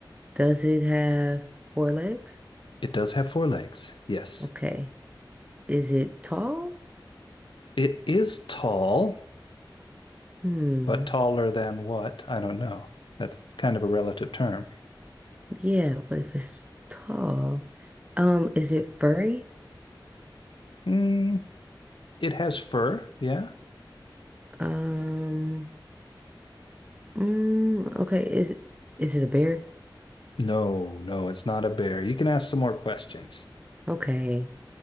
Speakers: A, on the right (about 15°); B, on the left (about 85°).
A: does it have four legs?
B: It does have four legs. Yes.
A: Okay. Is it tall?
B: It is tall,
A: Hmm.
B: but taller than what? I don't know. That's kind of a relative term.
A: Yeah, but if it's tall, um, is it furry?
B: Mm, it has fur. Yeah.
A: Um, mm, okay, is is it a bear?
B: No, no, it's not a bear. You can ask some more questions.
A: Okay.